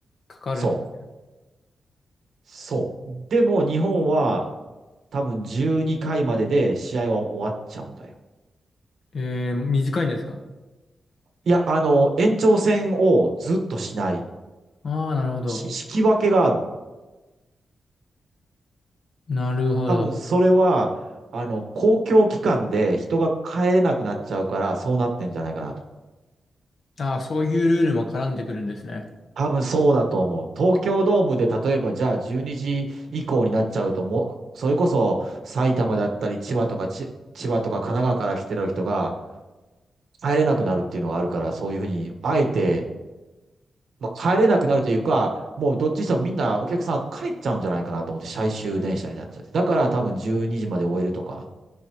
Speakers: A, on the left; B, on the right.
A: かかるん。
B: そう。そう。でも日本は多分12回までで試合は終わっちゃうんだよ。
A: えー、短いんですか
B: いや、あの、延長戦をずっとしない。
A: ああー、なるほど。
B: し引き分けがある。
A: なるほど。
B: 多分それは、あの、公共機関で人が帰れなくなっちゃうから、そうなってんじゃないかなと。
A: ああ、そういうルールも絡んでくるんですね。
B: 多分そうだと思う。東京ドームで例えばじゃあ12時以降になっちゃうともう、それこそ埼玉だったり千葉とかち千葉とか神奈川から来てる人が帰れなくなるっていうのがあるから、そういうふうに、あえて、まあ、帰れなくなるというか、もうどっちにしてもみんなお客さん帰っちゃうんじゃないかなと思って、最終電車になっちゃって。だから多分12時まで終えるとか、